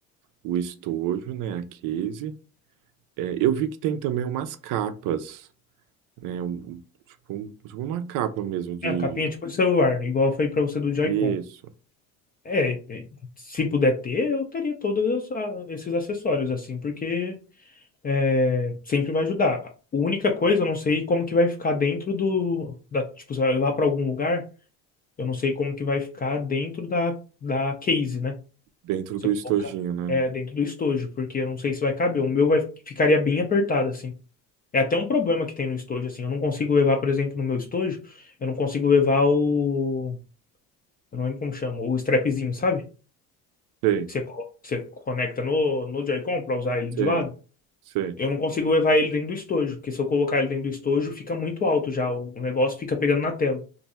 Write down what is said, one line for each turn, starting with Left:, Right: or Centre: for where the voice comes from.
Right: o estojo, né, a case. É, eu vi que tem também umas capas, né, um- tipo, um- tipo uma capa mesmo de...
Left: É, a capinha tipo de celular, igual foi pra você do Joy-Con.
Right: Isso,
Left: É, é, se puder ter, eu teria todos os- a- esses acessórios, assim, porque é, sempre vai ajudar. A única coisa, eu não sei como que vai ficar dentro do, da, tipo, você vai levar para algum lugar, eu não sei como que vai ficar dentro da, da case, né?
Right: dentro
Left: Você
Right: do
Left: colocar
Right: estojinho, né?
Left: é, dentro do estojo, porque eu não sei se vai caber. O meu vai, ficaria bem apertado, assim. É até um problema que tem no estojo, assim. Eu não consigo levar, por exemplo, no meu estojo, eu não consigo levar o, eu não lembro como chama, o strapzinho, sabe?
Right: Sei,
Left: Que Você, coloca- que você conecta no, no Joy-Con para usar ele
Right: sei,
Left: de lado.
Right: sei.
Left: Eu não consigo levar ele dentro do estojo, porque se eu colocar ele dentro do estojo, fica muito alto já. O o negócio fica pegando na tela.